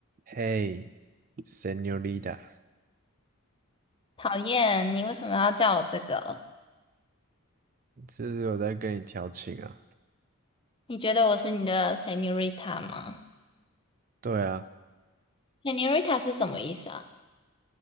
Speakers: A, on the right; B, on the left.
A: 嘿，Señorita，
B: 讨厌，你为什么要叫我这个？
A: 这是有在跟你调情啊？
B: 你觉得我是你的 Senorita 吗
A: 对啊，
B: ？Senorita 是什么意思啊？